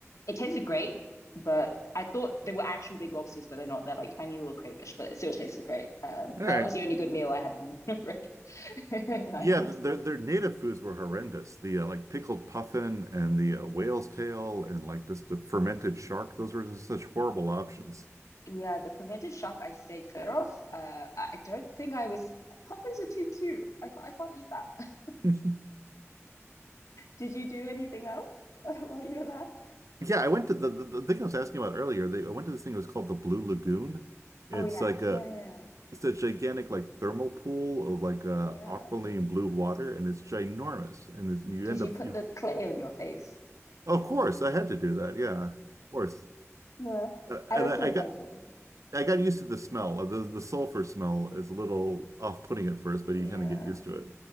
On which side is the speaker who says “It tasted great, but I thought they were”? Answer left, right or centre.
Left